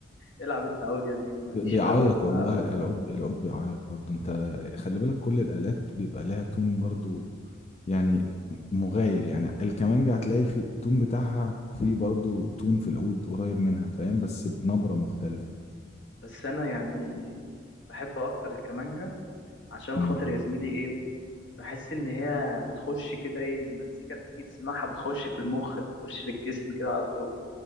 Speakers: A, on the left; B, on the left.
A: العب انت عود يا زميلي ماليش
B: ب- بيعيط
A: في العود
B: والله
A: لا.
B: العود العود بيعيط برضه انت خلي بالك كل الآلات بيبقى لها تون برضه يعني مغاير يعني الكمانجا هتلاقي في التون بتاعها في برضه تون في العود قريب منها فاهم بس بنبرة مختلفة
A: بس انا يعني بحب اكتر الكمانجا عشان
B: امم
A: خاطر يا زميلي ايه بحس ان هي بتخش كده ايه المزيكا بتيجي تسمعها بتخش في المخ بتخش في الجسم كده على طول